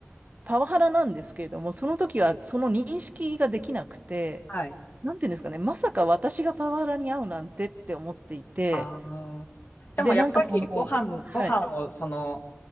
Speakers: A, on the right; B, on the left.
A: パワハラなんですけれども、その時はその認識ができなくて、
B: はい。
A: なんていうんですかね、まさか私がパワハラに遭うなんてって思っていて、
B: ああ。でもやっぱりご飯、
A: で、なんかその、はい、
B: ご飯をその、